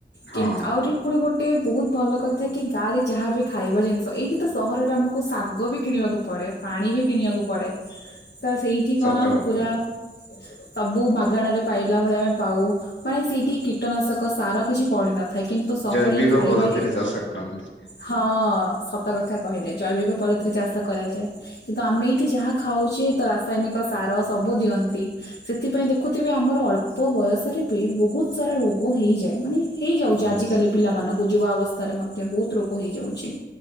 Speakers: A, on the left (about 80°); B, on the left (about 65°).
A: ହଁ।
B: କି ଆହୁରି ପୁଣି ଗୋଟେ ବହୁତ ଭଲ କଥା କି ଗାଁରେ ଯାହା ବିି ଖାଇବା ଜିନିଷ ଏଇକି ତ ସହରରେ ଆମକୁ ଶାଗ ବି କିଣିବାକୁ ପଡ ପୁଣି ପାଣି ବି କିଣିବାକୁ ପଡେ ତ ସେଇଠି କଣ
A: ସତ କଥା
B: ପୁରା ସବୁ ମାଗଣାରେ ପାଇଲା ଭଳି ଆମେ ପାଉ। ମାନେ ସେଇଠି କୀଟନାଶକ ସାର କିଛି ପଡିିନଥାଏ କି ତ ସହରୀ
A: ଜୈବିକ
B: ଖାଇବାରେ
A: ପଦ୍ଧତିରେ ଚାଷ କରନ୍ତି।
B: ହଁ ସତ କଥା କହିଲେ ଜୈବିକ ପରିତିରେ ଚାଷ କରାଯାଏ। କିନ୍ତୁ ଆମେ ଏଇଠି ଯାହା ଖାଉଚେ ତ ରାସାୟନିକ ସାର ସବୁ ଦିଅନ୍ତି ସେଥିପାଇଁ ଦେ ଖୁଥିବେ ଆମର ଅଳ୍ପ ବୟସରେ ବି ବହୁତ ସାରା ରୋଗ ହେଇଯାଏ ମାନେ ହେଇଯାଉ ଯେ
A: ହୁଁ
B: ଆଜିକାଲି
A: ହୁଁ
B: ପିଲାମାନଙ୍କୁ ଯୁବା ଅବସ୍ଥାରେ ମଧ୍ୟ ବହୁତ ରୋଗ ହେଇଯାଉଚି।